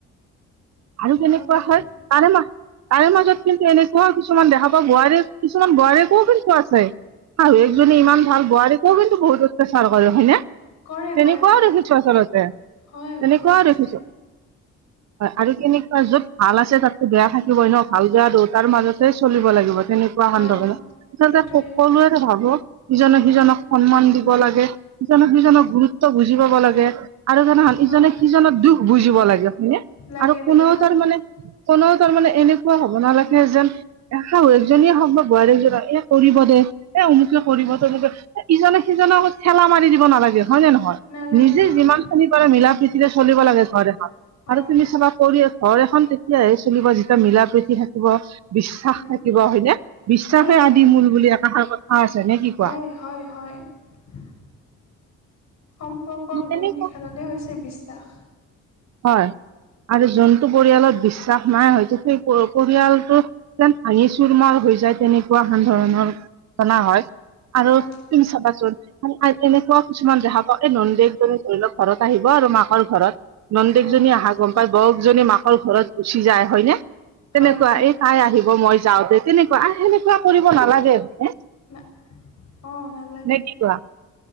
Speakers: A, on the right; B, on the left.
A: আৰু কেনেকুৱা
B: মূল্যটো
A: হয় তাৰে মা তাৰে মাজত কিন্তু এনেকুৱাও কিছুমান দেখা পাওঁ বোৱাৰী কিছুমান বোৱাৰীয়েকো কিন্তু তেনেকুৱা আছে। শাহুৱেকজনী
B: উম
A: ইমান ভাল বোৱাৰীয়েকেও কিন্তু বহুত অত্যাচাৰ কৰে হয়নে?
B: কৰে
A: তেনেকুৱাও
B: কৰে কৰে
A: দেখিছো আচলতে
B: হয়
A: তেনেকুৱাও
B: বহুত আছে
A: দেখিছো। আৰু কেনেকুৱা য'ত ভাল আছে তাতো বেয়া থাকিবই ন ভাল বেয়া দুয়োটাৰ মাজতে চলিব লাগি গিব তেনেকুৱা <unintelligible>
B: অঁ
A: আচলতে
B: সেইটোৱেই
A: সকলোৱে ভাবক ইজনে সিজনক
B: উম।
A: সন্মান দি ব লাগে ইজনে সিজনক গুৰুত্ব বুজি পাব লাগে আৰু জানা
B: হয়
A: ইজনে সিজনৰ দুখ বুজিব লাগে হয়নে
B: লাগে
A: আৰু কোনেও
B: লাগে হয়
A: তাৰ মানে কোনেও তাৰ মানে এনেকুৱা হ হ'ব নালাগে যেন শাহুৱেকজনীয়ে হ'ক বা বোৱাৰীয়েকজনীয়ে এ কৰিব দে এ অমুকে কৰিব তমুকে ইজনে সিজনক ঠেলা মাৰি দিব নালাগে হয় নে নহয়
B: নালাগে
A: নিজে
B: হয়
A: যিমান খিনি পাৰে মিলা-প্ৰীতিৰে চলিব লাগে ঘৰ এখন
B: হয়
A: আৰু তুমি চাবা কৰি আছ ঘৰ এখন তেতিয়াহে চলিব। যেতিয়া মিলা প্ৰীতি থাকিব। বিশ্বাস
B: উম,
A: থাকিব হয়। যে বিশ্বাসে
B: হয় হয়
A: আদি মূল বুলি একাষাৰ কথা আছে নে কি
B: হয়
A: কোৱা।
B: হয়। হয়। <unintelligible> সম্পৰ্কৰ মেইন
A: তেনেকুৱা
B: ৰেখাডালেই হৈছে বিশ্ব <inaudible>
A: হয়। আৰু যোনটো পৰিয়ালত বিশ্বাস নাই। হয়তো সেই পৰিয়ালটো যেন ভাঙি চুৰ মাৰ হৈ যায়। তেনেকুৱা এন ধৰনৰৰটনা হয়। আৰু
B: হয়
A: তুমি চাবাছ এনেকুৱা কিছুমান যহকক এই ননকজনী ধৰি লওক ঘৰত আহিব আৰু মাকৰ ঘৰত নন্দেকজনী
B: অঁ
A: আহা গম পায় বকজনী মাকৰ ঘৰত গুচি যায় হয়নে?
B: হয়
A: তেনেকুৱা
B: হয়
A: এই তাই আহিব মই যাওঁতে তেনেকুৱা আৰু সেনেকা কোৱা কৰিব নালাগে আৰু
B: না অঁ নালাগে
A: নে কি কোৱা